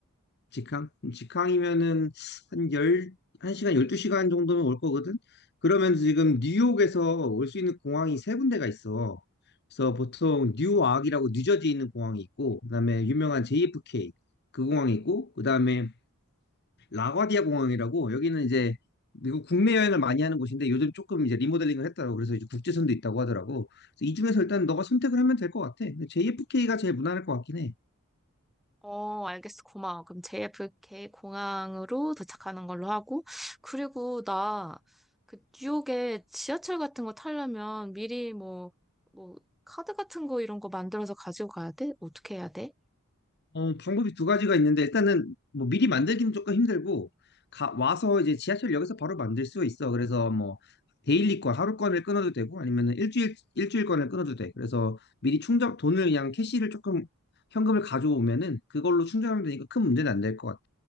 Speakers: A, on the left; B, in the centre.
A: 직항? 그럼 직항이면은 한 열, 한시간 12시간 정도면 올 거거든? 그러면 지금 뉴욕에서 올 수 있는 공항이 세 군데가 있어. 그래서 보통 뉴아크이라고 뉴저지에 있는 공항이 있고, 그다음에 유명한 JFK 그 공항이 있고, 그다음에 라과디아 공항이라고 여기는 이제 미국 국내 여행을 많이 하는 곳인데 요즘 조금 이제 리모델링을 했더라고. 그래서 이제 국제선도 있다고 하더라고. 그래서 이 중에서 일단 너가 선택을 하면 될 것 같아. JFK가 제일 무난할 것 같긴 해.
B: 어, 알겠어. 고마워. 그럼 JFK 공항으로 도착하는 걸로 하고. 그리고 나, 그, 뉴욕에 지하철 같은 거 타려면 미리 뭐, 뭐, 카드 같은 거 이런 거 만들어서 가지고 가야 돼? 어떻게 해야 돼?
A: 어, 방법이 두 가지가 있는데 일단은 뭐 미리 만들기는 조금 힘들고 가, 와서 이제 지하철역에서 바로 만들 수 있어. 그래서 뭐 데일리권 하루권을 끊어도 되고 아니면은 일주일 일주일권을 끊어도 돼. 그래서 미리 충전 돈을 그냥 캐시를 조금 현금을 가져오면은 그걸로 충전하면 되니까 큰 문제는 안 될 것 같아.